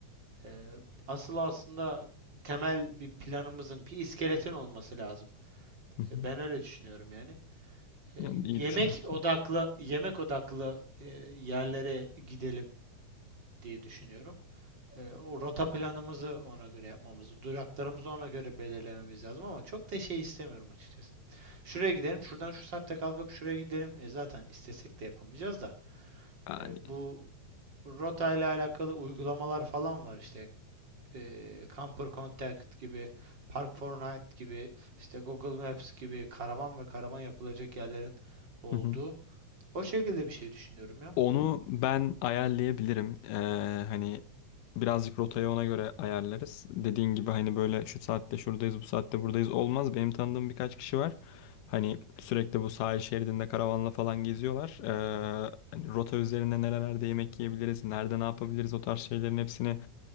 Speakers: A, on the right (about 35°); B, on the left (about 80°).
A: e, asıl aslında temel bir planımızın bir iskeletin olması lazım.
B: Hı hı.
A: E, ben öyle düşünüyorum yani. E,
B: Yani iyi
A: yemek
B: düşünmüşsün.
A: odaklı yemek odaklı e, yerlere gidelim diye düşünüyorum. Ee, o rota planımızı ona göre yapmamız, duraklarımızı ona göre belirlememiz lazım ama çok da şey istemiyorum açıkçası. Şuraya gidelim, şuradan şu saatte kalkıp şuraya gidelim. E zaten istesek de yapamayacağız da.
B: Yani.
A: E, bu rota ile alakalı uygulamalar falan var işte. E, Camper Contact gibi, Park Fortnite gibi, işte Google Maps gibi karavan ve karavan yapılacak yerlerin olduğu.
B: Hı hı.
A: O şekilde bir şey düşünüyorum ya.
B: Onu ben ayarlayabilirim. Ee, hani birazcık rotayı ona göre ayarlarız. Dediğin gibi hani böyle şu saatte şuradayız, bu saatte buradayız olmaz. Benim tanıdığım birkaç kişi var. Hani sürekli bu sahil şeridinde karavanla falan geziyorlar. Ee, hani rota üzerinde nerelerde yemek yiyebiliriz, nerede ne yapabiliriz o tarz şeylerin hepsini